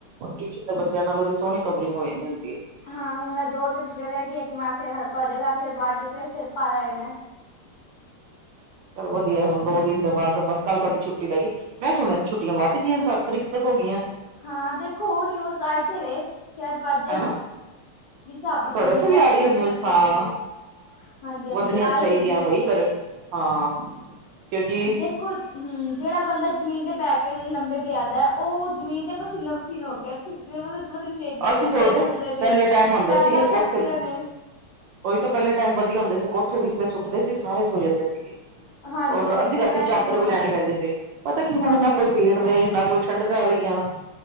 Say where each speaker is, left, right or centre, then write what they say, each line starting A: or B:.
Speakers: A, on the right; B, on the left.
A: ਟਿਊਸ਼ਨ ਦੇ ਬੱਚਿਆਂ ਨਾਲ ਉਹਦੀ ਸੋਹਣੀ ਕਵਰਿੰਗ ਹੋ ਜਾਂਦੀ ਹੈ।
B: ਹਾਂ ਹੁਣ ਇਹ ਦੋ ਤਿੰਨ ਛੁੱਟੀਆਂ ਰਹਿ ਗਈਆਂ ਇਹਦੇ ਵਿੱਚ ਮਾਸਾ ਸਿਰ ਹਲਕਾ ਹੋ ਜਾਏਗਾ ਫੇਰ ਬਾਅਦ ਚ ਫਿਰ ਸਿਰ ਭਾਰਾ ਹੋ ਜਾਣਾ।
A: ਚੱਲ ਵਧੀਆ, ਹੁਣ ਦੋ ਦਿਨ ਦੇ ਬਾਅਦ ਬਸ ਕੱਲ ਕੱਲ ਦੀ ਛੁੱਟੀ ਰਹਿ ਗਈ। ਮੈਂ। ਸੁਣਿਆ ਛੁੱਟੀਆਂ ਵੱਧ ਗਈਆਂ ਸੱਤ ਤਰੀਕ ਤੱਕ ਹੋ ਗਈਆਂ।
B: ਹਾਂ। ਦੇਖੋ ਨਿਊਜ਼ ਆਏ ਤੇ ਵ ਸ਼ਾਇਦ ਵਾਜਨ।
A: ਹਨਾ
B: ਜਿਸ ਹਿਸਾਬ ਦੀ
A: ਤੁਹਾਡੇ
B: ਗਰਮੀ
A: ਉੱਥੇ
B: ਪੈ
A: ਵੀ ਆ
B: ਰਹੀ ਹੈ ਉਸ
A: ਨਿਊਜ਼
B: ਹਿਸਾਬ ਨਾਲ
A: ਹਾਂ
B: ਵਧੇਗੀ। ਹਾਂਜੀ ਹਾਂਜੀ
A: ਵਧਣੀਆਂ
B: ਆ
A: ਚਾਹੀਦੀਆਂ
B: ਹੀ ਗਈ ਨਿਊਜ਼
A: ਬਈ
B: ਤੇ।
A: ਗਰਮ ਹਾਂ। ਕਿਉਂਕਿ
B: ਦੇਖੋ ਜਿਹੜਾ ਬੰਦਾ ਜਮੀਨ ਤੇ ਥੱਲੇ ਲੰਮੇ ਪਿਆ ਦਾ ਉਹ ਜਮੀਨ ਦੇ ਆਪਾਂ ਸ ਕਿੰਨੇ ਦਿਨ ਹੋ ਗਏ
A: ਅਸੀਂ
B: ਗੱਦੇ
A: ਸੋਚਦੇ
B: ਤਪਦੇ ਨੇ
A: ਪਹਿਲੇ ਟਾਈਮ ਹੁੰਦੇ
B: ਟੈਲੈਂਟ
A: ਸੀਗੇ
B: ਤਪਦੀਆਂ
A: ਕੋਠੇ
B: ਪਈਆਂ ਨੇ
A: ਉਹੀ ਤੋਂ ਪਹਿਲੇ ਟਾਈਮ ਵਧੀਆ ਹੁੰਦੇ ਸੀ ਕੋਠੇ ਵਿੱਚ ਤੇ ਸੁੱਟਦੇ ਸੀ ਸਾਰੇ ਸੋ ਜਾਂਦੇ ਸੀਗੇ
B: ਹਾਂਜੀ
A: ਔਰ
B: ਹਾਂਜੀ
A: ਅੱਧੀ ਰਾਤੀ
B: ਪਹਿਲ
A: ਚਾਦਰ
B: ਹਾਂ
A: ਵੀ ਲੈਣੀ ਪੈਂਦੀ ਸੀ ਪਤਾ ਕੀ ਹੁਣ
B: ਹਾਂਜੀ
A: ਨਾ
B: ਹਾਂਜੀ
A: ਕੋਈ ਪੇਡ
B: ਐ
A: ਵੇ ਨਾ ਕੋਈ। ਠੰਡ ਕਰ ਰਹੀ ਆਂ